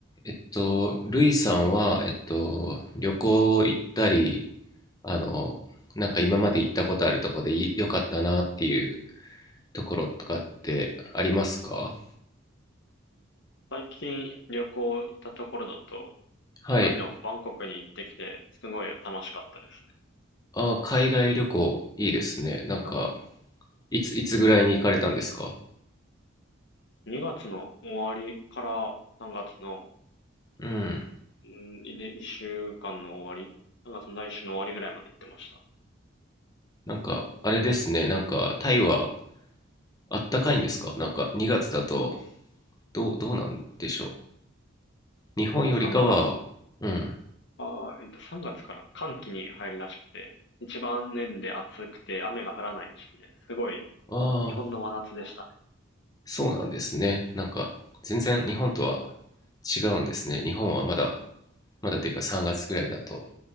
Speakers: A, on the left; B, on the left.
A: えっと、ルイさんは、えっと、旅行行ったり、あの、なんか今まで行ったことあるとこでい良かったなっていうところとかってありますか
B: 最近旅行行ったところだと、
A: はい。
B: タイのバンコクに行ってきて、すごい楽しかったですね。
A: あー、海外旅行いいですね。なんか、
B: は
A: いつ、いつぐらいに行かれたんですか
B: い2月の終わりから3月の、
A: うん。
B: うん、いで1週間の終わり、3月の来週の終わりぐらいまで行ってました。
A: なんか、あれですね。なんか、タイはあったかいんですかなんか、2月だと、どう、どうなんでしょう。日本よりかは、
B: 3月、あ
A: うん。
B: ー、えっと、3月から寒気に入るらしくて、一番年で暑くて雨が降らない時期ですごい
A: あ
B: 日本の真夏でしたね。
A: そうなんですね。なんか、全然日本とは違うんですね。日本はまだ、まだというか3月ぐらいだと